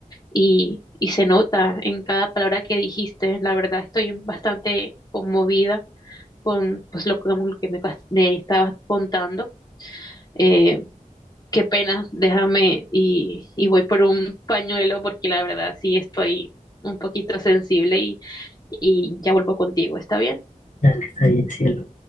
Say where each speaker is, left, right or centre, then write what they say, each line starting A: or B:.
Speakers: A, on the left (about 30°); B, on the left (about 60°).
A: y, y se nota en cada palabra que dijiste. La verdad, estoy bastante conmovida con pues, lo, que lo que me, pas- me estabas contando. Eh, qué pena, déjame y, y voy por un pañuelo porque la verdad sí estoy un poquito sensible y, y ya vuelvo contigo, ¿está bien?
B: Dale, está bien, cielo.